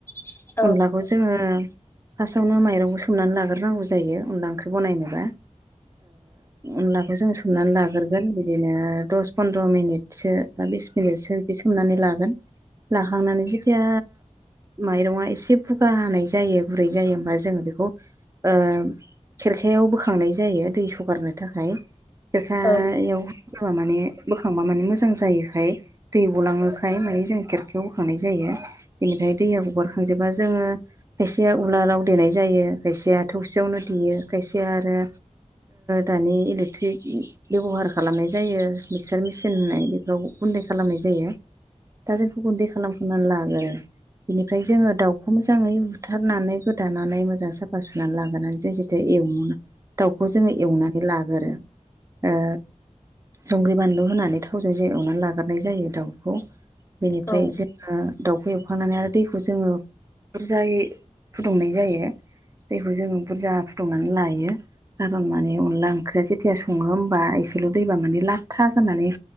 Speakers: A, on the left; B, on the right.
A: <inaudible>
B: अनलाखौ जोङो फास्टआवनो माइरंखौ सोमनानै लाग्रोनांगौ जायो अनला ओंख्रि बनायनोबा अनलाखौ जों सोमनानै लाग्रोगोन बिदिनो दस फन्द्र' मिनिटसो बा बिस मिनिटसो बिदि सोमनानै लागोन लाखांनानै जेथिया माइरंआ एसे एसे बुगा हानाय जायो बुरै जायो होमबा जोङो बेखौ ओ खेरखायाव बोखांनाय जायो दै सगारनो थाखाय खेरखायाव
A: औ
B: होबा माने बोखांबा माने मोजां जायोखाय दै गलाङोखाय मानि जों खेरखायावखांनाय जायो बेनिफ्राय दैया गगारखांजोब बा जोङो खायसेया उलारआव देनाय जायो खायसेया थौसियावनो देयो खायसेया आरो दानि इलेक्ट्रिक बेब'हार खालामनाय जायो मिक्सार मेसिन होननाय बे बेयाव गुन्दै खालामनाय जायो दा जोंखौ गुन्दै खालामखानानै लागो बेनिफ्राय जोङो दाउ <unintelligible> मोजाङै बुथारनानै गोदानानै मोजां साफा सुनानै लाग्रोनानै जों जेथिया एवो दाउखौ जोङो एवनानै लागोरो दा संग्रि बानलु होनानै थावजों जे एवनानै लागारनाय जायो दाउखौ बेनिफ्राय
A: औ
B: जोङो दाउखौ एवखांनानै आरो दैखौ जोङो बुरजायै फुदुंनाय जायो दैखौ जोङो बुरजा फुदुंनानै लायो खारन माने अनला ओंख्रिया जेथिया सङो होमबा एसेल' दैबा माने लाथथा जानानै